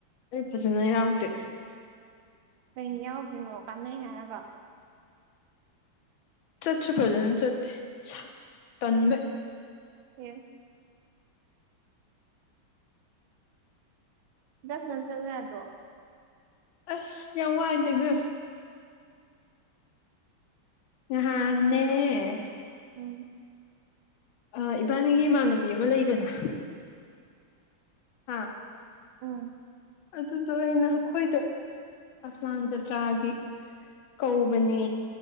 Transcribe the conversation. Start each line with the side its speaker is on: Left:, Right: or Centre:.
Left: ꯑꯩ ꯐꯖꯅ ꯌꯥꯎꯗꯦ
Right: ꯀꯩ ꯌꯥꯎꯗ꯭ꯔꯤꯅꯣ ꯀꯥꯟꯅꯩ ꯍꯥꯏꯔꯒ
Left: ꯆꯠꯁꯨ ꯐꯖꯅ ꯆꯠꯇꯦ ꯇꯟꯕ
Right: ꯎ ꯆꯅꯝ ꯆꯠꯂ ꯌꯥꯗ꯭ꯔꯣ
Left: ꯑꯁ ꯌꯥꯝ ꯋꯥꯏꯗꯕꯌꯦꯝ ꯍꯥ ꯅ <inaudible>
Right: ꯎꯝ <inaudible>
Left: ꯑ ꯏꯕꯥꯅꯤꯒꯤ ꯏꯃꯥꯟꯅꯕꯤ ꯑꯃ ꯂꯩꯗꯅ ꯍꯥꯥ <inaudible>
Right: ꯑꯝ
Left: ꯑꯗꯨꯗꯣ ꯑꯩꯅ ꯑꯩꯈꯣꯏꯗ ꯑꯁꯂꯥꯟ ꯖꯇ꯭ꯔꯥꯒꯤ ꯀꯧꯕꯅꯦ